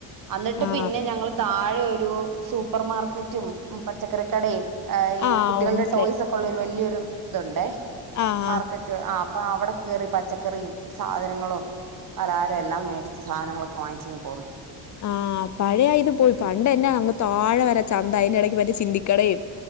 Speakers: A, on the right (about 50°); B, on the left (about 45°).
A: അന്നിട്ട്
B: ആഹ്
A: പിന്നെ ഞങ്ങൾ താഴെ ഒരു സൂപ്പർ മാർക്കറ്റും പച്ചക്കറിക്കടയും അ ഈ
B: ആഹ്
A: കുട്ടികളുടെ
B: മനസ്സിലായി
A: ടോയ്സ് ഒക്കെ ഉള്ള ഒരു വലിയൊരു ഇതുണ്ടേ
B: ആഹ് ആഹ്
A: മാർക്കറ്റ് ആ അപ്പ അവിടെ കയറി പച്ചക്കറിയും സാധന ങ്ങളും പലഹാരും എല്ലാം മേടിച്ച് സാധനങ്ങളൊക്കെ വാങ്ങിച്ചിങ് പോന്നു
B: ആ പഴയത് പോയി പണ്ടന്നാ അങ്ങ് താഴെ വരെ ചന്ത അതിന്റെ ഇടയ്ക്ക് മറ്റേ ചിന്തിക്കടേയും